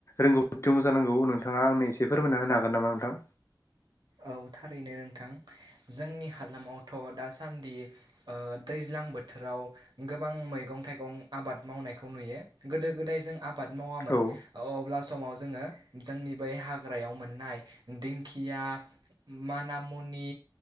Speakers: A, on the left; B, on the right.
A: रोंगौथि <unintelligible> जानांगौ नोंथाङा आंनो एसे फोरमायना होनो हागोन नामा नोंथां?
B: औ थारैनो। थां जोंनि हालामावथ' दासान्दि ओ दैज्लां बोथोराव गोब बां मैगं थाइगं आबाद मावनायखौ नुयो गोदो गोदाय जों आबाद मावामोन।
A: औ
B: बा समाव जोङो जोंनि बै हाग्रायाव मोननाय दिंखिया माना मुनि